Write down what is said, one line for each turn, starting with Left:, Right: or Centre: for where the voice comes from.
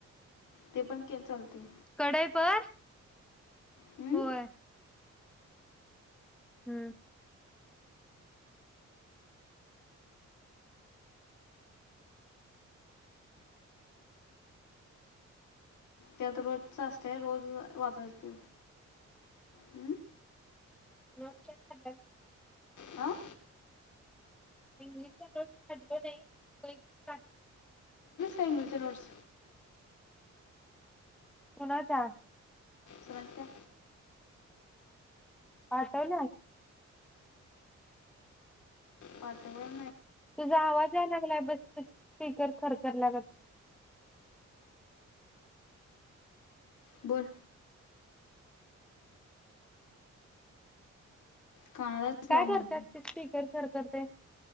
Left: ते पण के चालते.
Centre: कडई पर
Left: हम्म
Centre: होय. हम्म.
Left: त्यात रोज सतय रोज वाचाय ते हम्.
Centre: नक्कीच <unintelligible>
Left: आ.
Centre: इंग्लिश रो <unintelligible> काढलो नाही काढ
Left: इंग्लिश नोट्स.
Centre: कुणाच्या
Left: सरांच्या.
Centre: आठव ना.
Left: पाटवळ.
Centre: तुझा आवाज याय लागलाय बस. फीगर खरखर ल्यागत.
Left: बोल. कानालाच
Centre: काय
Left: लाव म्हणते
Centre: करते असते स्पीकर करते. करते.